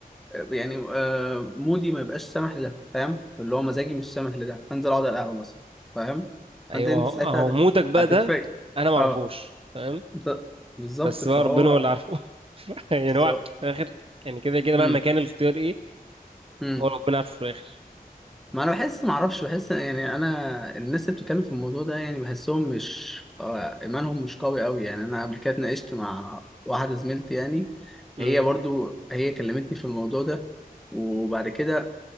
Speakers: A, in the centre; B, on the right.
A: يعني آه، مودي ما يبقاش سامح لده فاهم اللي هو مزاجي مش سامح لده فانزل اقعد على القهوه مثلا فاهم فانت
B: ايوه
A: انت
B: هو
A: ساعتها
B: هو
A: هت-
B: مودك بقى
A: هتتفاجئ
B: ده انا ما اعرفوش
A: اه
B: تمام
A: انت بالظبط
B: بس
A: فهو
B: بقى ربنا هو اللي عارفه <laughs> يعني
A: بس-
B: هو في الاخر يعني كده كده مهما
A: امم
B: كان الاختيار ايه
A: امم
B: هو ربنا عارفه في الاخر
A: ما انا بحس ما اعرفش بحس يعني انا الناس اللي بتتكلم في الموضوع ده يعني بحسهم مش آه، ايمانهم مش قوي قوي يعني انا قبل كده اتناقشت مع واحده زميلتي يعني
B: امم
A: هي برضو هي كلمتني في الموضوع ده وبعد كده